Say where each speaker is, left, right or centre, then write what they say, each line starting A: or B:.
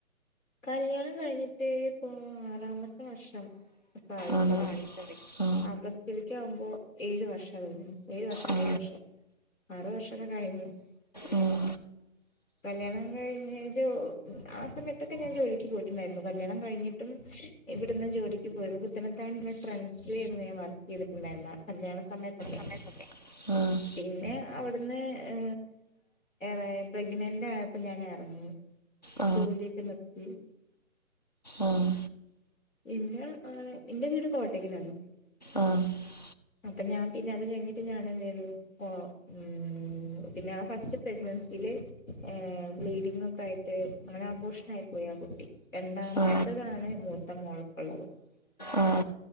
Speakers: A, on the left (about 70°); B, on the left (about 35°).
A: കല്യാണം കഴിഞ്ഞിട്ട് പ്പോ ആറാമത്തെ വർഷം ആയിത്തൊടങ്ങി
B: ആണോ ആ
A: അഗസ്റ്റില് ക്യാവുമ്പോ ഏഴു വർഷം വരുന്നത് ഏഴു വർഷം
B: ആ
A: ഏഴു വർഷം ആറ് വർഷൊക്കെ കഴിഞ്ഞു
B: ഉം
A: കല്യാണം കഴിഞ്ഞരു ആ സമയ ത്തൊക്കെഞാ ജോലി ക്ക് പോയിട്ടുണ്ടായിരുന്നു കല്യാണം കഴിഞ്ഞിട്ടും ഇവിടുന്നും ജോലിക്ക് പോയിരുന്നു പുത്തനത്താണിലില്ലേ <unintelligible> ആയിരുന്നു ഞാൻ വർക്ക് ചെയ്തിട്ടുണ്ടായിരുന്ന കല്യാണ സമയത്തൊക്കെ
B: സമയത്തൊക്കെ
A: പിന്നെ അവിട്ന്ന് ഏ എറെ പ്രഗ്നന്റ് ആയപ്പോ ഞാൻ എറങ്ങി
B: ആ
A: ജോലിയൊക്കെ നിർ ഉ <inaudible>
B: ആ
A: പിന്നേ ആ എന്റെ വീട് കോട്ടക്കലാണ്
B: ആ ആ
A: അപ്പ ഞാൻ പിന്നെ അത് കഴിഞ്ഞിട്ട് ഞാൻ എന്തെയ്തു ഉം ഉം പിന്നെ ആ ഫസ്റ്റ് പ്രഗ്നൻസീല് ഹേ ബ്ലീഡിംഗ് ഒക്കെ ആയിട്ട് അങ്ങനെ ആബോഷ് നായി പോയി ആ കുട്ടി രണ്ടാമത്തതാണ്
B: ആ
A: മൂത്ത മോൾ ഇപ്പള്ളത്
B: ആ